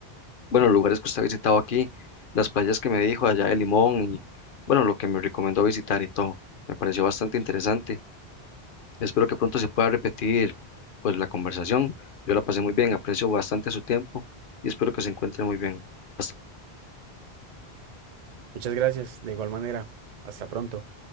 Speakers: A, on the left; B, on the right.
A: bueno, los lugares que usted ha visitado aquí, las playas que me dijo allá de Limón y, bueno, lo que me recomendó visitar y todo. Me pareció bastante interesante. Espero que pronto se pueda repetir, pues, la conversación. Yo la pasé muy bien, aprecio bastante su tiempo y espero que se encuentre muy bien. Hasta
B: Muchas gracias, de igual manera. Hasta pronto.